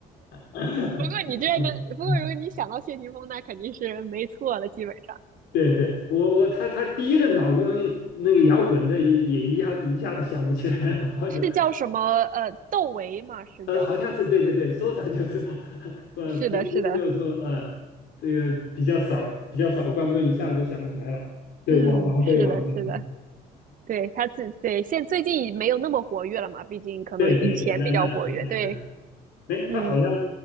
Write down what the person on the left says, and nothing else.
<laughs>
嗯
对对，我我他他第一任老公那个摇滚的也也一下一下子想不起来了，好久。
呃，好像是对对对，说出来就知道。<laughs> 我平时就是说，
呃，这个比较少，比较少关注，一下子就想不起来了。对，
王王菲，
王菲，
嗯，
对对对，那那还是，
哎，
她好像